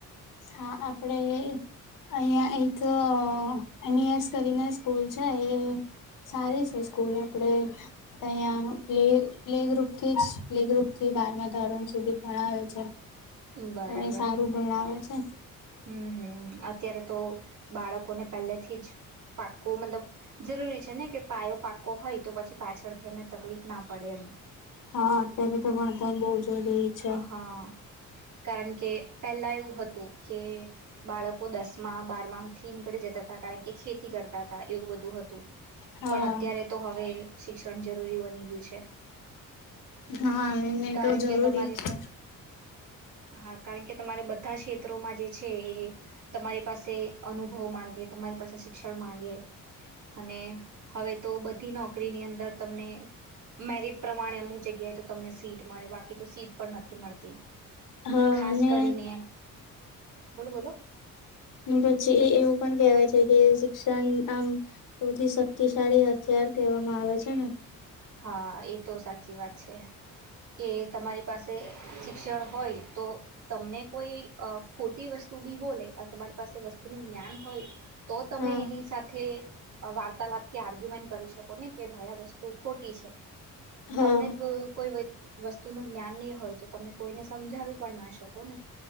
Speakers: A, on the left; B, on the right.
A: હા આપણેે અહંયા એક એન. એ. એસ કરીને સ્કૂલ છે એ સારી છે સ્કૂલ આપણે અહંયા પ્લ પ્લે ગ્રુપથી જ પ્લે ગ્રુપથી બારમાં ધોરણ સુધી ભણાવે છે.
B: બરાબર
A: અઇ સારું ભણાવે છે. હ
B: હમ હમ અત્યારે તો બાળકોને પહેલેથી જ પાક્કું મતલબ જરૂરી છે ને કે પાયો પાકો હોય તો પછી પાછળથી એમને તકલીફ ના પડે એમ
A: હા અત્યારે તો ભણતર બહુ જરૂરી છે.
B: હા કારણ કે પહેલા એવું હતું કે બાળકો દસ માં બાર માં થી નીકળી જતા હતા કારણ કે ખેતી કરતા હતા એવું બધું હતું.
A: હા
B: પણ અત્યારે તો હવે શિક્ષણ જરૂરી બની ગયું છે,
A: હા એને
B: કારણ
A: તો જરૂરી
B: કે તમારે
A: જ છે.
B: હા કારણ કે તમારે બધા ત્રોમાં જે છે એ તમારી પાસે અનુભવ માંગે તમારી પાસે શિ ક્ષણ માંગે. અને હવે તો બધી નો કરી ની અંદર તમને મેરટ પ્રમાણે અમુક જગ્યાએ તો તમને સીટ મળે બાકી તો સીટ પણ નથી મળતી.
A: હા
B: ખાસ
A: અને
B: કરીને બોલો-બોલો.
A: પછી એ એવું પણ કેહેવાય છે. જે શિક્ષણ આમ સૌથી શક્તિશાળી હથિયાર કહેવામાં આવે છે ને
B: હા એ તો સાચી વાત છે કે તમારી પાસે શિક્ષણ હોય તો, તમને કોઈ ખોટી વસ્તુ બી બોલે અને તમારી પાસે વસ્તુનું જ્ઞાન હોય. તો તમે
A: હા
B: એની સાથે વાર્તાલાપ કે આર્ગ્યુમેન્ટ કરી શકો ને કે ભાઈ આ વસ્તુ ખોટી છે
A: હા
B: તમને કોઈ વસ્તુ ન જ્ઞાન નહીં હોય તો તમે કોઈને સમજાવી પણ ના શકો ને